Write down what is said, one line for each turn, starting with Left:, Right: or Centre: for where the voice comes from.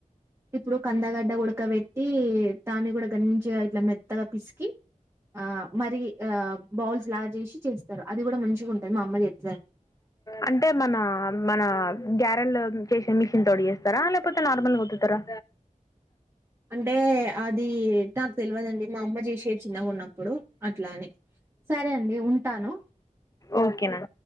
Right: ఇప్పుడు కందగడ్డ ఉడకబెట్టి దాన్ని కూడా మంచిగా ఇట్ల మెత్తగా పిసికి ఆ మరి ఆ బాల్స్ లాగా చేసి చేస్తారు అది కూడా మంచిగా ఉంటుంది మా అమ్మ చేస్తది
Left: అంటే మన మన గ్యారల్ చేసే మిషన్ తోడి చేేస్తారా లేకపోతే నార్మల్గా ఒత్తుతరా
Right: అంటే అది నాకు తెలవదండి మా అమ్మ చేసేది చిన్నగా ఉన్నప్పుడు అట్లా అని సరే అండి ఉంటాను
Left: ఓకేనా